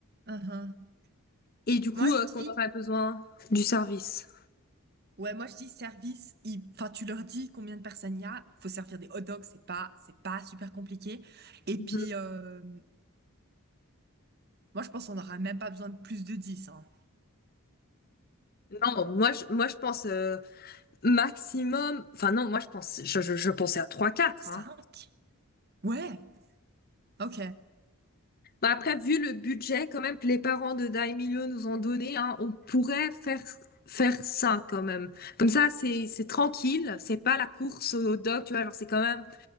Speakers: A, on the right (about 45°); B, on the left (about 45°).
A: Uhum.
B: Et du coup,
A: Moi, je
B: euh,
A: dis,
B: qu'on aurait besoin du service.
A: ouais, moi, je dis service. il- Enfin, tu leur dis combien de personnes il y a. Faut servir des hot dogs. C'est pas, c'est pas super compliqué. Et
B: Mhm.
A: puis, euh, moi, je pense qu'on n'aura même pas besoin de plus de dix hein.
B: Non, moi je, moi, je pense euh, maximum. Enfin, non, moi, je pense, je, je, je pensais à trois quatre.
A: 5?
B: Hein.
A: Ouais. OK.
B: Bah, après, vu le budget, quand même, que les parents de Daimilio nous ont donné, hein, on pourrait faire, faire ça quand même. Comme ça, c'est, c'est tranquille. C'est pas la course au doc, tu vois. Genre, c'est quand même.